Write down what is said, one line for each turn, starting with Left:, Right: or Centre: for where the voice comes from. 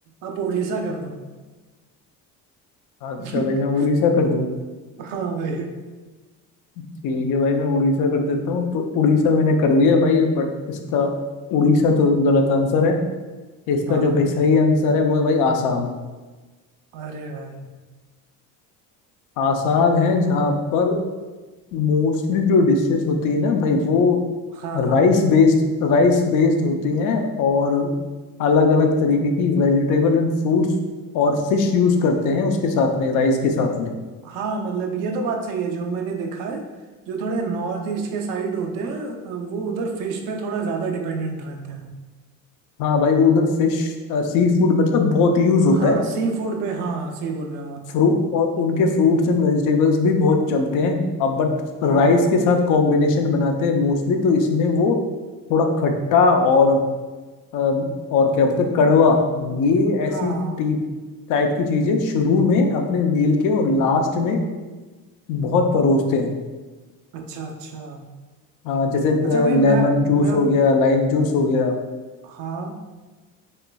Right: आप उड़ीसा कर दो
Left: अच्छा
Right: <laughs>
Left: भाई मैं उड़ीसा कर दूं
Right: हाँ भाई
Left: ठीक है भाई मैं उड़ीसा कर देता हूँ तो उड़ीसा मैंने कर दिया भाई बट इसका उड़ीसा तो गलत आंसर है इसका
Right: हाँ
Left: जो भाई सही आंसर है वो है भाई आसाम
Right: अरे भाई
Left: आसाम है जहाँ पर मोस्टली जो डिशेस होती है ना भाई वो
Right: हाँ हाँ
Left: राइस बेस्ड राइस बेस्ड होती हैं और अलग अलग तरीके की वेजिटेबल एंड फ्रूट्स और फिश यूज करते हैं उसके साथ में राइस के साथ में
Right: हाँ मतलब ये तो बात सही है जो मैंने देखा है जो थोड़े नॉर्थ ईस्ट के साइड होते हैं अ, वो उधर फिश पे थोड़ा ज्यादा डिपेंडेंट रहते हैं
Left: हाँ भाई वो उधर फिश सी फूड मतलब बहुत यूज होता
Right: हाँ
Left: है
Right: सी फूड पे हाँ सही बोल रहे हो आप
Left: फ्रू और उनके फ्रूट्स एंड वेजिटेबल्स भी बहुत चलते हैं अब बट
Right: हाँ
Left: राइस के साथ कॉम्बिनेशन बनाते हैं मोस्टली तो इसमें वो थोड़ा खट्टा और अम, और क्या बोलते हैं, कड़वा ये ऐसी
Right: हाँ
Left: टीप टाइप की चीजें शुरू में अपने मील के और लास्ट में बहुत परोसते हैं
Right: अच्छा अच्छा
Left: अ, जैसे
Right: अच्छा भाई
Left: लेमन
Right: मैं
Left: जूस
Right: मैं
Left: हो गया लाइम जूस हो गया
Right: हाँ